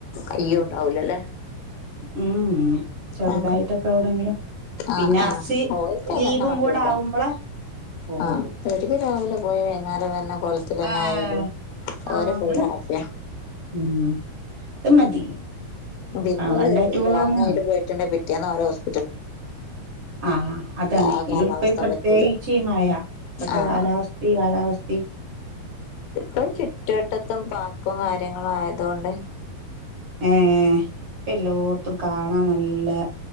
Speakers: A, on the left; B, on the right.
A: അയ്യോ
B: ഉം
A: ഉണ്ടാവൂല അല്ലെ
B: ഉം ചെറുതായിട്ടൊക്കെ
A: ഉം
B: വിടെങ്കിലും
A: ആഹ്
B: പിന്നെ
A: ആഹ്
B: അസി
A: ഓര്ക്കതന്നെ
B: ലീവും
A: മതിയല്ലോ
B: കൂടെ ആകുമ്പോള പോവുള്ളൂ
A: ആഹ് ഓര്ക്ക് രാവിലെ പോയി വൈകുന്നേരം വര്ണ കൊലത്തി തന്നെ
B: ആഹ്
A: ആയാലും
B: ആഹ്
A: ഓരെപ്പഴും
B: അങ്ങനെ
A: ഹാപ്പിയ-
B: ഉം അത് മതി
A: പിന്നെ
B: വണ്ടായിട്ട് പോവന്ന
A: ലോങ്ങായിട്ട് പിറ്റേന്ന് ഒരോഫ്-
B: ആഹ് ആഹ് അതാണ്
A: ആ
B: ഇനിടിപ്പ
A: കാലാവസ്ഥ
B: പ്രത്യേകിച്ചീമയ-
A: പറ്റൂല
B: അത്ര
A: ആഹ്
B: കാലാവാവസ്ഥതി കാലാവസ്ഥതി
A: ഇപ്പം ചുറ്റുവട്ടത്തും പാർക്കും കാര്യങ്ങളും ആയതുകൊണ്ട്
B: ഏഹ്എല്ലായിടത്തും കാണാൻ നല്ല